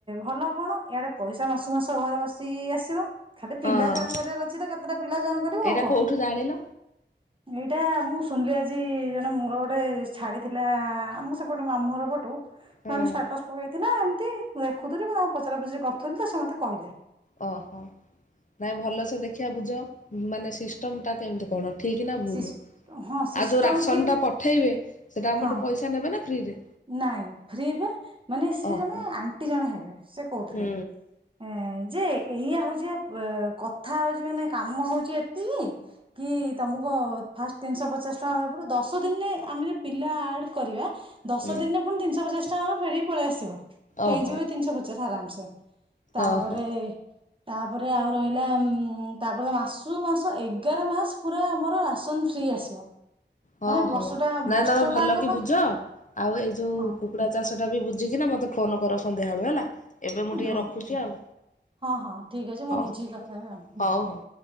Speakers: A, on the right; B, on the left.
A: ଭଲ କଣ ଇଆଡେ ପଇସା ମାସ ମାସ ଘରେ ବସିିକି ଆସିବ। ଖାଲି ପିଲା
B: ଆଉ
A: ଜଏନ୍
B: ହଁ।
A: କରିବାର ଅଛି ତ କେତେଟା ପିଲା ଜଏନ କରିବୁ
B: ଏଇଟା
A: ଆଉ କଣ।
B: କୋଉଠୁ ଜାଣିଲ?
A: ଏଇଟା ମୁଁ ଶୁଣିଲି ଆଜି ଜଣେ ମୋର ଗୋଟେ ଛାଡି ଥିଲା ଆମ ସେପଟୁ ମାମୁଁ ଘରୁ ପଟୁ ସେମାନେ
B: ହଁ
A: ସ୍ଟାଟସ ପକେଇଥିଲା ଏମିତି ମୁଁ ଦେଖୁଥିଲି ମୁଁ ତା ପଚରା ପଚୁରି କରୁଥିଲି ତ ସେ ମୋତେ କହିଲେ।
B: ଓହୋ ନାଇଁ ଭଲସେ ଦେଖିବା ବୁଝ ମାନେ ସିଷ୍ଟମ୍ ଟା କେମିତି କଣ? ଠିକ ନା ଭୁଲ
A: ସିସ୍ ହଁ ସିଷ୍ଟମ୍
B: ଆଉ ଯଉ ରାସନଟା
A: ଠିକ୍
B: ପଠେଇବେ ସେଟା ଆମଠୁ
A: ହଁ
B: ପଇସା ନେବେ ନା ଫ୍ରିରେ?
A: ନାଇଁ ଫ୍ରିବା ମାନେ ସେ
B: ଓହୋ
A: ଜଣେ ଆଣ୍ଟି ଜଣେ ହେବେ ସେ କହୁଥିଲେ।
B: ହୁଁ
A: ଏ ଯେ ଏଇଆ ହଉଛି ବା କଥା ହଉଛି ମାନେ କାମ ହଉଛି। ଉଁ ହୁଁ। ତମକୁ ଫାଷ୍ଟ ତିନିଶହ ପଚାଶ ଟଙ୍କା ହେବାକୁ ପଡ଼ିବ ଦଶ ଦିନରେ ଆମେ ପିଲା ଆଡ଼ କରିବା। ଦଶ
B: ହୁଁ
A: ଦିନରେ ପୁଣି ତିନିଶହ ପଚାଶ ଟଙ୍କାବ ଫେରିକି ପଳେଇ ଆସିବ ହେଇଯିବ
B: ଓହୋ
A: ତିନିଶହ ପଚାଶ ଆରାମସେ। ତାପରେ
B: ଓହୋ
A: ତାପରେ ଆଉ ରହିଲା ଉ ତାପରେ ମାସ ମାସକୁ ଏଗାର ମାସ ପୁରା ଆମର ରାସନ ଫ୍ରୀ ଆସିବ।
B: ହଁ
A: ମାନେ
B: ହଉ
A: ବର୍ଷଟା
B: ନାଇଁ
A: ବର୍ଷଟାଙ୍କ
B: ତମେ ଭଲ କି
A: ପାଇଁ
B: ବୁଝ ଆଉ ଏଇ ଯୋଉ
A: ହଁ
B: କୁକୁଡ଼ା ଚାଷଟା ବି ବୁଝିକିନା ମତେ ଫୋନ୍ କର ସନ୍ଧ୍ୟା ବଳୁ ହେଲା? ଏବେ ମୁଁ ଟିକେ
A: ହଉ
B: ରଖୁଛି ଆଉ
A: ହଁ ହଁ ଠିକ୍ ଅଛି ମୁଁ
B: ହଉ
A: ବୁଝିକି କଥା ହେବି ଆଉ।
B: ହଉ ହଉ।